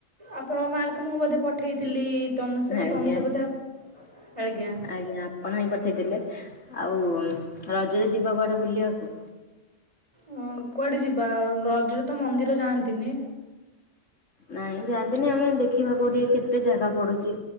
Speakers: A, on the right (about 25°); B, on the left (about 75°).
A: ଆପଣଙ୍କ ମାର୍କ ମୁଁ ବୋଧେ ପଠେଇଥିଲି। ତନୁଷକୁ
B: ଆଜ୍ଞା
A: ତନୁଷ ବୋଧେ ଆଜ୍ଞା।
B: ଆଜ୍ଞା ଆପଣ ହିଁ ପଠେଇଲେ ଆଉ ରଜରେ ଯିବା କୁଆଡେ ବୁଲିବାକୁ।
A: ହଁ କୁଆଡେ ଯିବା ରଜରେ ତ ମନ୍ଦିର ଯାଆନ୍ତିନି।
B: ନାଇଁ ଯାଆନ୍ତିନି ଆମେ ଦେଖିବା କଉଠି କେତେ ଜାଗା ପଡୁଚି